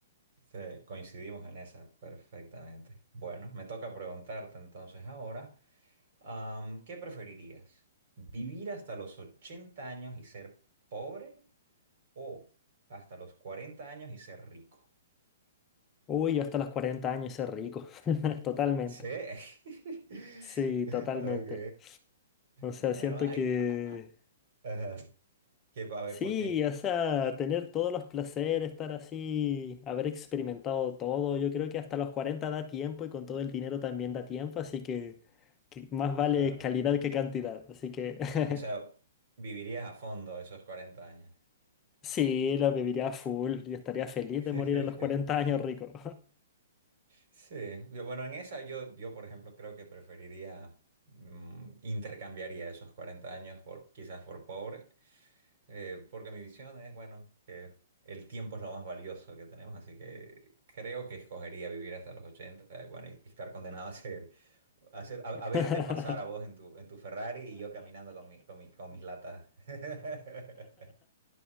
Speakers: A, on the right; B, on the left.
A: Sí, coincidimos en esa perfectamente. Bueno, me toca preguntarte entonces ahora, am, ¿qué preferirías? ¿Vivir hasta los 80 años y ser pobre o hasta los 40 años y ser rico?
B: Uy, yo hasta los 40 años ser rico, <laughs> totalmente.
A: Sí. <laughs>
B: Sí, totalmente.
A: Ok.
B: O sea,
A: Bueno,
B: siento
A: ahí...
B: que
A: a- a- ajá. Que, a ver,
B: sí,
A: ¿por qué?
B: o sea, tener todos los placeres, estar así, haber experimentado todo, yo creo que hasta los 40 da tiempo y con todo el dinero también da tiempo, así que, que más vale
A: Claro.
B: calidad que cantidad. Así que <laughs>
A: O sea, vivirías a fondo esos 40 años.
B: sí, lo viviría a full y estaría feliz
A: <laughs>
B: de morir a los cuarenta años rico.
A: Sí, yo- bueno, en esa yo, yo, por ejemplo, creo que preferiría, mm, intercambiaría esos 40 años por quizás por pobre, eh, porque mi visión es, bueno, que el tiempo es lo más valioso que tenemos, así que creo que escogería vivir hasta los 80 y bueno, y, y estar condenado a ser, a ser, a, a
B: <laughs>
A: verte pasar a vos en tu, en tu Ferrari y yo caminando con mi, con mi- con mis latas. <laughs>